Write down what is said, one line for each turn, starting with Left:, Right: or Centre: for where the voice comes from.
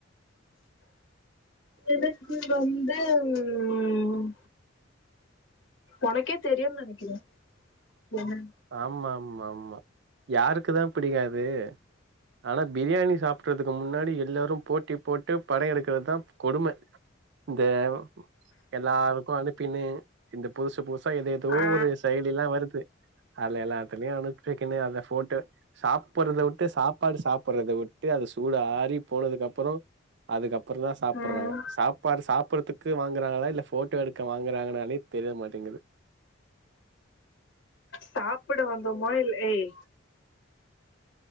Left: எனக்கு வந்து ம் ஒனக்கே தெரியுன் நெனக்கிறே என்ன
Right: ஆமாமாமா யாருக்கு தா பிடிக்காது ஆனா பிரியாணி சாப்பட்றதுக்கு முன்னாடி எல்லாரு போட்டி போட்டு பட எடுக்றது தா கொடும தேவ எல்லாருக்கு அனுப்பினு இந்த புதுசு புதுசா ஏதாதோ
Left: ஆ
Right: ஒரு செயலிலா வருது அதுல எல்லாத்துலயு அனுப்ச்வக்னு அந்த ஃபோட்டோ சாப்றத விட்டு சாப்பாடு சாப்றத விட்டு அது சூடு ஆறி போனதுக்கு அப்பறோ அதுக்கப்பறதா சாப்பறாக
Left: ம்
Right: சாப்பாடு சாப்பட்றதுக்கு வாங்குறாங்களா இல்ல ஃபோட்டோ எடுக்க வாங்கறாங்னாலே தெரிய மாட்டேங்குது
Left: சாப்பட வந்தோமோ இல் ஏய்